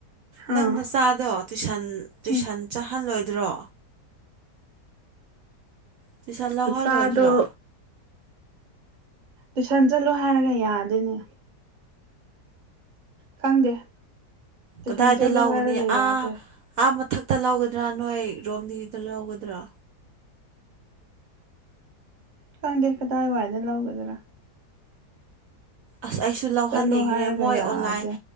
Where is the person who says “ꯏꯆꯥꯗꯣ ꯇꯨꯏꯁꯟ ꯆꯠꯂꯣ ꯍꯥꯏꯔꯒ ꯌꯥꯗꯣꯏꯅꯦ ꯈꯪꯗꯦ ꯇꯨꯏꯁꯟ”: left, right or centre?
Right